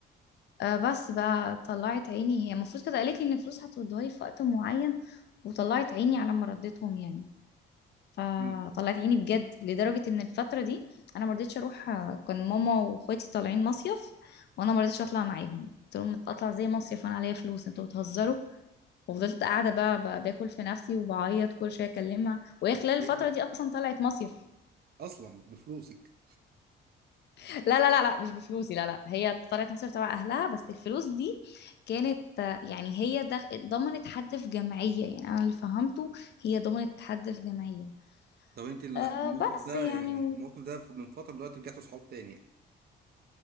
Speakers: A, on the left; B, on the right.
A: آه، بس بقى طلعت عيني هي المفروض كانت قالت لي ان الفلوس هتردها لي في وقت معين وطلعت عيني على ما رديتهم يعني فطلعت
B: امم
A: عيني بجد لدرجة ان الفترة دي انا ما رضيتش اروح آه، كان ماما واخواتي طالعين مصيف وانا ما رضيتش اطلع معاهم قلت لهم اطلع زي مصيف وانا عليا فلوس انتوا بتهزروا وفضلت قاعدة بقى ب- باكل في نفسي وبعيط كل شوية اكلمها وهي خلال
B: كويس.
A: الفترة دي اصلا طلعت مصيف
B: اصلا بفلوسك
A: <laughs> لا لا لا لا مش بفلوسي لا لا هي طلعت مصيف تبع اهلها بس الفلوس دي كانت آه، يعني هي دخ... ضمنت حد في جمعية يعني انا اللي فهمته هي ضمنت حد في جمعية
B: طب انت ال-
A: أه
B: الموقف
A: بس
B: ده
A: يعني
B: يعني الموقف ده من فترة دلوقتي رجعتوا صحاب تاني يعني